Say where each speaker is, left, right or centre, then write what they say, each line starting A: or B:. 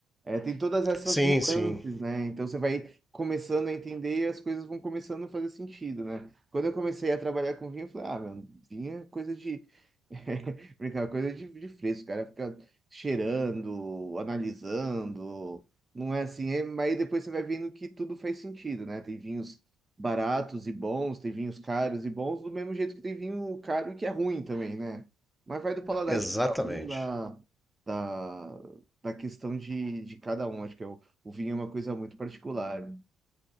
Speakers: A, on the right; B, in the centre.
A: É, tem todas essas
B: Sim,
A: nuances,
B: sim,
A: né? Então você vai começando a entender e as coisas vão começando a fazer sentido, né? Quando eu comecei a trabalhar com vinho, eu falei, ah, mano, vinho é coisa de. <laughs> Brincar, é coisa de, de fresco, cara. Fica cheirando, analisando. Não é assim, é... mas aí depois você vai vendo que tudo faz sentido, né? Tem vinhos baratos e bons, tem vinhos caros e bons, do mesmo jeito que tem vinho caro e que é ruim também, né? Mas vai do paladar
B: exatamente.
A: de cada um, da. da da questão de, de cada um. Acho que é o, o vinho é uma coisa muito particular.